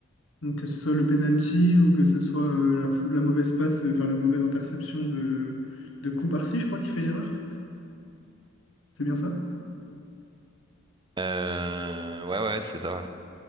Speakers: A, on the left (about 70°); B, on the right (about 20°).
A: Donc, que ce soit le penalty ou que ce soit euh, la, fou- la mauvaise passe, euh, enfin la mauvaise interception de, de Koubarsi, je crois, qui fait l'erreur. C'est bien ça?
B: Euh... Ouais, ouais, c'est ça. Ouais.